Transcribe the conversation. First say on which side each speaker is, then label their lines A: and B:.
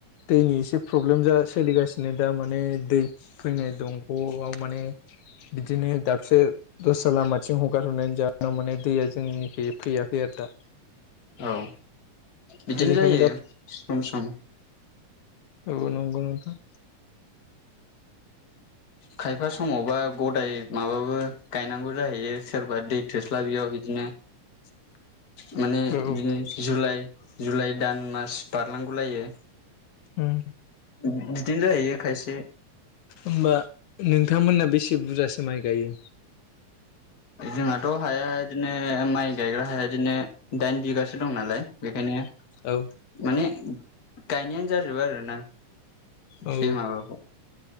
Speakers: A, on the left; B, on the left.
A: दैनि एसे प्रब्लेम जास सोलिगासिनो दा माने दै फैनाय दंग'आव माने बिदिनो दाबसे दस्रा लामाथिं हगार हरनायनि जाहोनाव माने दैया जोंनिखि फैयाखै आरो दा
B: औ बिदिनो
A: बेनिखायनो
B: जायो सम सम
A: औौ नंगौ नोंथां
B: खायफा समावबा गदाय माबाबो गायनांगौ जाहैयो सोरबा दै थोस्ला बियाव बिदिनो
A: <inaudible>
B: माने
A: औ
B: बिनो जुलाइ जुलाइ दान मास बारलांगौलायो
A: उम
B: उम बिदिनो जाहैयो खायसे
A: होमबा नोंथांमोना बेसे बुरजासो माइ गायो?
B: जोंहाथ' हाया इदिनो माइ गायग्रा हाया इदिनो दाइन बिगासो दं नालाय बेखायनो
A: औ
B: माने गायनायानो जाजोबो आरो ना
A: औ
B: बे माबाखौ